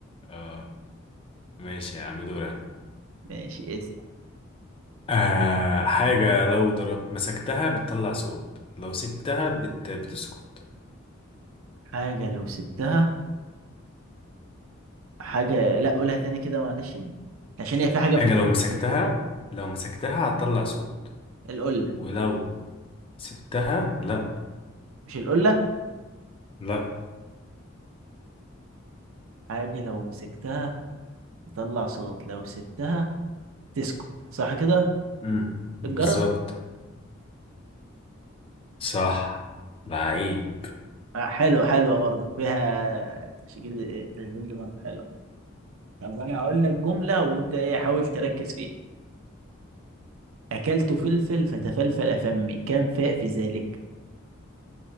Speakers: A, on the left (about 25°); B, on the right (about 85°).
A: اه ماشي يا عم دور انا
B: ماشي اسم
A: آه حاجة لو ضرب مسكتها بتطلع صوت لو سبتها بت... بتسكت
B: حاجة لو سبتها حاجة لا قولها تاني كده معلش عشان هي في حاجة في
A: حاجة لو مسكتها
B: بتتأكد
A: لو مسكتها هتطلع صوت
B: القلة
A: ولو سبتها لا
B: مش القلة
A: لا
B: حاجة لو مسكتها تطلع صوت لو سبتها تسكت صح كده
A: مم. بالظبط
B: الجرد
A: صح لعيب
B: آه، حلوة حلوة برضه فيها تشغيل تشغيل دماغ حلو طب أنا هقول لك جملة وأنت إيه حاول تركز فيها أكلت فلفل فتفلفل فمي كم فاء في ذلك